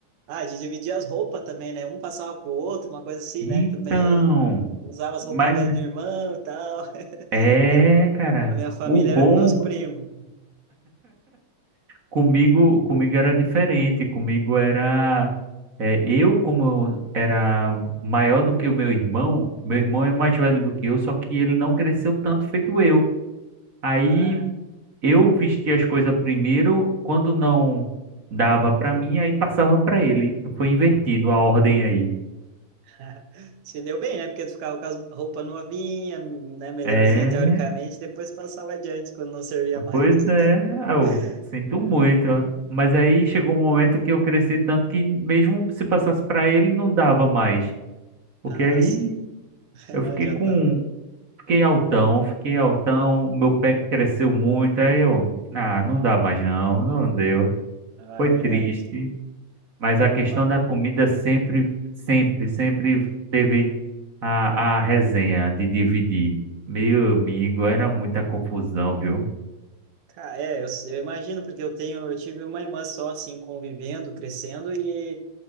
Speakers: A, on the right; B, on the right.
A: Ah, de dividir as roupas também, né? Um passava pro outro, uma coisa assim,
B: Então,
A: né? Também usava as roupas
B: mas
A: velhas do irmão e tal. <laughs>
B: é,
A: Era-
B: cara,
A: A minha família
B: o bom.
A: era com meus primos.
B: Comigo, comigo era diferente, comigo era é, eu como eu era maior do que o meu irmão, meu irmão é mais velho do que eu, só que ele não cresceu tanto feito eu. Aí
A: Ah,
B: eu
A: uhum.
B: vestia as coisas primeiro, quando não dava pra mim, aí passava pra ele. Foi invertido a ordem aí.
A: <laughs> Se deu bem, né? Porque tu ficava com a roupa novinha, né? Melhorzinha
B: É,
A: teoricamente, depois passava adiante quando não servia mais.
B: pois é, eu
A: <laughs>
B: sinto
A: É.
B: muito. Mas aí chegou um momento que eu cresci tanto que mesmo se passasse pra ele não dava mais. Porque
A: Ah,
B: aí
A: sim. <laughs>
B: Eu
A: Não
B: fiquei
A: adiantava.
B: com. Fiquei altão, fiquei altão, meu pé cresceu muito, aí eu. Ah, não
A: Não.
B: dá mais não, não deu.
A: Ah,
B: Foi
A: verdade.
B: triste, mas a questão
A: Mas,
B: da comida sempre, sempre, sempre teve a, a resenha de dividir. Meu
A: uhum.
B: amigo, era muita confusão, viu?
A: Cara, é, eu, eu imagino, porque eu tenho, eu tive uma irmã só, assim, convivendo, crescendo, e